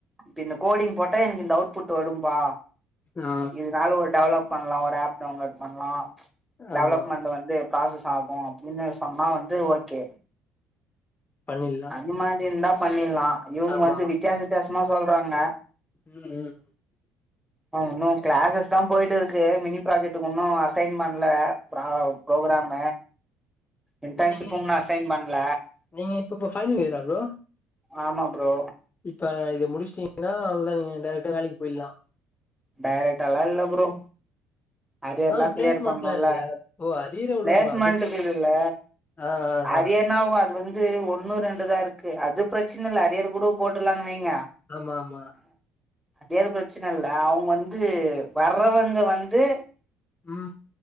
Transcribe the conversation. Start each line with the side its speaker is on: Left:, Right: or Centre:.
Centre: இப்ப இந்த கோடிங் போட்டா எனக்கு இந்த அவுட்புட் வரும்பா
Left: ஆ
Centre: இருந்தாலு ஒரு டெவலப் பண்லா ஒரு ஆப் டவுன்லோட் பண்லா டெவலப்மெண்டு
Left: ஆமா
Centre: வந்து ப்ராசஸ் ஆகு அப்டினு சொன்னா வந்து ஓகே
Left: பண்ணில்
Centre: இந்த மாரி இருந்தா பண்ணிட்லா இவுங்க
Left: ஆமா
Centre: வந்து வித்தியாச வித்தியாசமா சொல்றாங்க
Left: ம் ம்
Centre: ஆ இன்னு கிளாஸஸ் தா போயிட்டு இருக்கு மினி ப்ராஜெக்டுக்கு இன்னு அசைன் பண்ல ப்ரா ப்ரோகராமு இன்டன்ஷிப்பு
Left: நீங்க
Centre: இண்ணு அசைன் பண்ல
Left: நீங்க இப்ப இப்ப ஃபைனல் இயரா ப்ரோ
Centre: ஆமா ப்ரோ
Left: இப்ப இது முடிச்சுட்டீங்கன்னா அவ்ளோதா நீங்க டைரக்ட்டா வேலைக்கு போயிட்லா
Centre: டைரக்ட்டால்லா இல்ல ப்ரோ அரியர்ல்லா
Left: ஆ பிளேஸ்மெண்ட்லா
Centre: கிளியர் பண்ணுல
Left: இல்லையா ஓ அரியர விடுங்க
Centre: பிளேஸ்மண்ட்டுக்கு
Left: ப்ரோ அதுக்கு
Centre: இதுல்ல
Left: ஆ ஆ
Centre: அது
Left: ஆ
Centre: என்னாவோ அது வந்து ஒண்ணோ ரெண்டுதா இருக்கு அது பிரச்சன இல்ல ஹரியரு கூட போட்டற்லானு வைங்க
Left: ஆமா ஆமா
Centre: அரியர் பிரச்சன இல்ல அவுங்க வந்து வர்றவங்க வந்து
Left: ம்